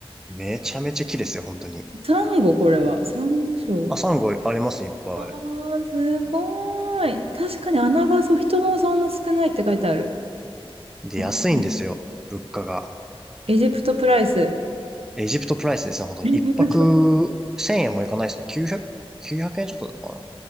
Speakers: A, in the centre; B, on the right (about 75°).
A: めちゃめちゃ綺麗ですよ、本当に。
B: サンゴ、これは。サンゴ礁。
A: あ、サンゴありますね、いっぱ
B: わー、すごい。確かに穴場そう、人もそんな少ないって書いてある。
A: い。で、
B: わかる
A: 安いんですよ、物価が。
B: エジプトプライス。
A: エジプトプライスですね、
B: <laughs>
A: 本当に。
B: エジプト
A: 一泊1000円もいかないですね。900、9円ちょっとだったかな。